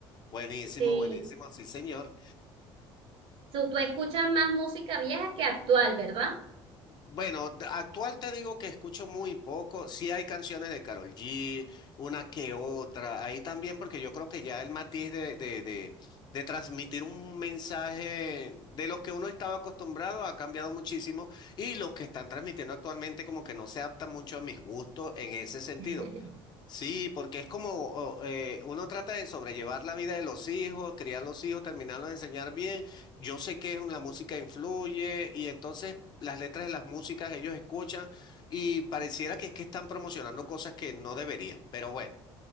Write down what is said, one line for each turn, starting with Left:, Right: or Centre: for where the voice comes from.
Left: Buenísimo,
Right: sí.
Left: buenísimo, sí, señor.
Right: Tú, tú escuchas más música vieja que actual, ¿verdad?
Left: Bueno, d- actual te digo que escucho muy poco. Sí hay canciones de Karol G, una que otra. Ahí también, porque yo creo que ya el matiz de, de, de, de transmitir un mensaje de los que uno estaba acostumbrado ha cambiado muchísimo y los que están transmitiendo actualmente como que no se adaptan mucho a mis gustos en ese sentido.
Right: <laughs>
Left: Sí, porque es como o- eh, uno trata de sobrellevar la vida de los hijos, criar los hijos, terminarlos de enseñar bien. Yo sé que es un- la música influye y entonces las letras de las músicas ellos escuchan y pareciera que es que están promocionando cosas que no deberían, pero bueno.